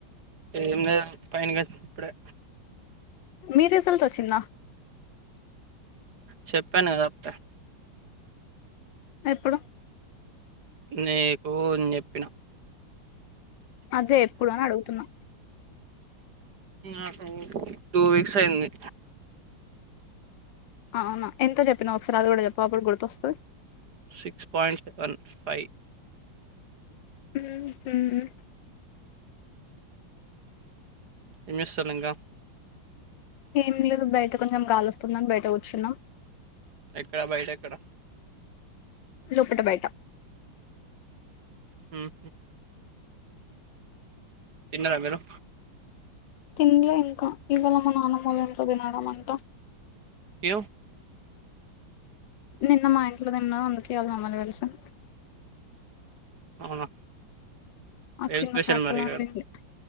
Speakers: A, on the right; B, on the left.
A: ఎం లేదు పైనకి వచ్చిన ఇప్పుడే
B: మీ రిజల్ట్ వచ్చింద
A: చెప్పాను కదా <unintelligible>
B: ఎప్పుడు
A: నీకు అని <unintelligible>
B: అదే ఎప్పుడు అని అడుగుతున్నా
A: ఆహు టూ వీక్స్ అయింది
B: అవునా ఎంత చెప్పినావు ఒకసారి అది కూడా చెప్పవా అప్పుడు గుర్తు వస్తది
A: సిక్స్ పాయింట్ వన్ ఫై
B: ఉ ఊ
A: ఏం చేస్తారు ఇంగ
B: ఏం లేదు బయట కొంచెం గాలు వస్తుందని బయట కూర్చున్నాం
A: ఎక్కడ బయట ఎక్కడ
B: లోపట బయట
A: ఉమ్ తిన్నారా మీరు
B: తినలే ఇంకా ఇవాళ మా నాన్నమ్మ వాళ్ళ ఇంట్లో తినడం అంట
A: ఈయో
B: నిన్న మా ఇంట్లో తిన్న అందుకే వాళ్ల మమ్మల్ని కలిసాం
A: అవునా
B: ఆ
A: ఏం
B: చిన్న
A: స్పెషల్
B: చాపలు
A: మరి
B: వండింది
A: ఇక్కడ